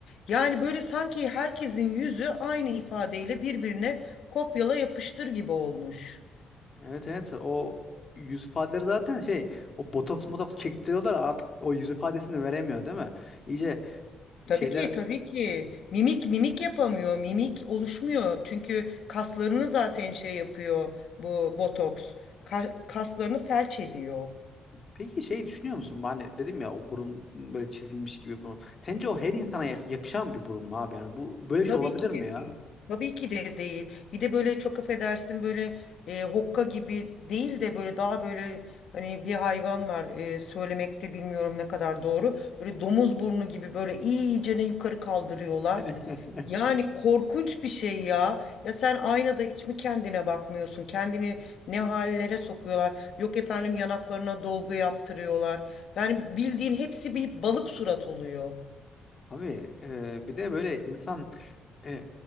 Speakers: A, on the left (about 65°); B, on the left (about 35°).
A: Yani böyle sanki herkesin yüzü aynı ifadeyle birbirine kopyala yapıştır gibi olmuş.
B: Evet evet o yüz ifadeleri zaten şey o botoks motoks çektiriyorlar artık o yüz ifadesini veremiyor değil mi? İyice
A: Tabii
B: şeyler
A: ki, tabii ki. Mimik mimik yapamıyor. Mimik oluşmuyor. Çünkü kaslarını zaten şey yapıyor bu botoks. Ka- kaslarını felç ediyor.
B: Peki şey düşünüyor musun? Hani dedim ya o burun böyle çizilmiş gibi burun. Sence o her insana yak- yakışan bir burun mu abi? Yani bu böyle
A: Tabii
B: bir şey olabilir
A: ki
B: mi
A: de
B: ya?
A: değil. Tabii ki de değil. Bir de böyle çok affedersin böyle e, hokka gibi değil de böyle daha böyle hani bir hayvan var e, söylemekte bilmiyorum ne kadar doğru. Böyle domuz burnu gibi böyle iyicene yukarı kaldırıyorlar.
B: <laughs>
A: Yani korkunç bir şey ya. Ya sen aynada hiç mi kendine bakmıyorsun? Kendini ne hallere sokuyorlar? Yok efendim yanaklarına dolgu yaptırıyorlar. Yani bildiğin hepsi bir balık surat oluyor.
B: Abi e, bir de böyle insan E,